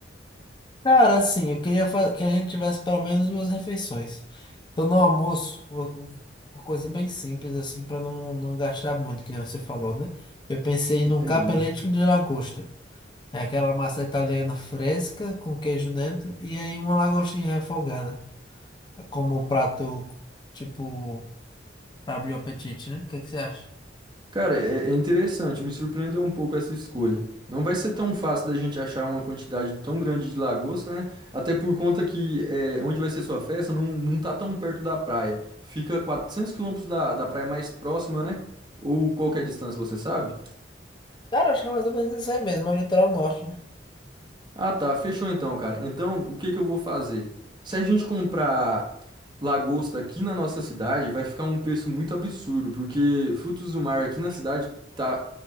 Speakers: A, on the left; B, on the right.
A: Cara, assim, eu queria fa- que a gente tivesse pelo menos duas refeições. Então, no almoço, vou- vou- uma coisa bem simples, assim, para não, não gastar muito, que nem você falou, né? Eu pensei
B: Entendi.
A: num capelete de lagosta. É aquela massa italiana fresca com queijo dentro e aí uma lagostinha refogada, como prato, tipo, pra abrir o apetite, né? O que que você acha?
B: Cara, é, é interessante, me surpreendeu um pouco essa escolha. Não vai ser tão fácil da gente achar uma quantidade tão grande de lagosta, né? Até por conta que é, onde vai ser sua festa não, não tá tão perto da praia. Fica 400 quilômetros da, da praia mais próxima, né? Ou qual que é a distância, você sabe?
A: Cara, acho que é mais ou menos isso aí mesmo, é o litoral norte, né?
B: Ah, tá. Fechou então, cara. Então, o que que eu vou fazer? Se a gente comprar lagosta aqui na nossa cidade, vai ficar um preço muito absurdo, porque frutos do mar aqui na cidade tá,